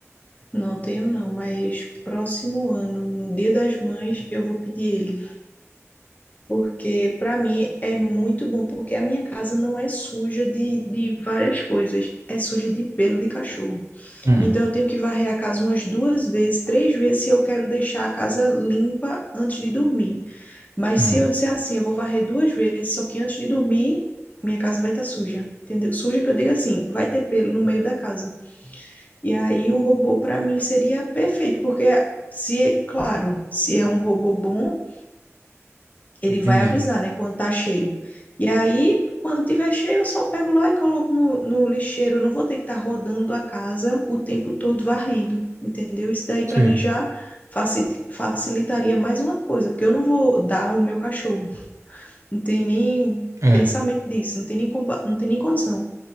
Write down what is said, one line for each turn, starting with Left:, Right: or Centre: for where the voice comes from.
Left: Não tenho não, mas próximo ano, no Dia das Mães, eu vou pedir ele, porque para mim é muito bom, porque a minha casa não é suja de, de várias coisas, é suja de pelo de cachorro.
Right: Hum,
Left: Então eu tenho que varrer a casa umas duas vezes, três vezes se eu quero deixar a casa limpa antes de dormir. Mas
Right: hum,
Left: se eu disser assim, eu vou varrer duas vezes, só que antes de dormir, minha casa vai estar suja, entendeu? Suja que eu digo assim, vai ter pelo no meio da casa. E aí o robô para mim seria perfeito, porque se, é- claro, se é um robô bom, ele
Right: entendi.
Left: vai avisar, né, quando tá cheio. E aí, quando tiver cheio, eu só pego lá e coloco no, no lixeiro. Eu não vou ter que estar rodando a casa o tempo todo varrendo, entendeu? Isso daí para
Right: Sim,
Left: mim já faci- facilitaria mais uma coisa, porque eu não vou dar o meu cachorro. Não tem nem
Right: é.
Left: pensamento disso, não tem nem, compa- não tem nem condição.